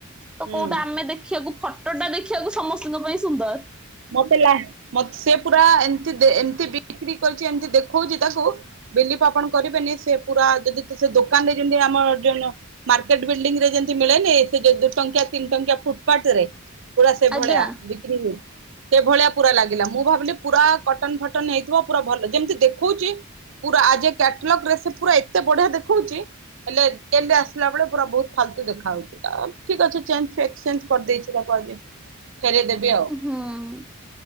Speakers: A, in the centre; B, on the right.
A: ତ
B: ହୁଁ।
A: କୋଉଟା ଆମେ ଦେଖିବାକୁ ଫଟ ଟଟା ଦେଖିବାକୁ ସମସ୍ତଙ୍କ ପାଇଁ ସୁନ୍ଦର
B: ମତେଲା ମତ ପୁରା ଏମି ଦେ ଏମିତି ବି ବିକ୍ରି କରିଛି ଏମିତି ଦେଖଉଛି ତାକୁ ବିଲିପ ଆପଣ କରିବେନି ସେ ପୁରା ଯଦି ସେ ଦୋକାନରେ ଯେମିତି ଆମ ମାର୍କେଟ ବିଲ୍ଡିଙ୍ଗ ରେ ଯେମିତି ମିଳେନି ସେ ଦୁଇ ଟଙ୍କିଆ ତିନି ଟଙ୍କିଆ ଫୁଟପାଥ ରେ ପୁରା ସେ ଭଳିଆ
A: ଆଜ୍ଞା
B: ବିକ୍ରି ହି ସେଭଳିଆ ପୁରା ଲାଗିଲା ମୁଁ ଭାବିଲି ପୁରା କଟନ ଫଟନ ହେଇଥିବ ପୁରା ଭଲ ଯେମିତି ଦେଖଉଛି ପୁରା ଆଜି କ୍ୟାଟଲଗ ରେ ସେ ପୁରା ଏତେ ବଢିଆ ଦେଖଉଛି ହେଲେ ଆସିଲା ବେଳେ ପୁରା ବହୁତ ଫାଲତୁ ଦେଖା ହଉଛି ଠିକ ଅଛିଞକ୍ସେଞ୍ଜ କରିଦେଇଛି ତାକୁ ଆଜି ଖରେ ଦେବେଓ
A: ହୁଁ।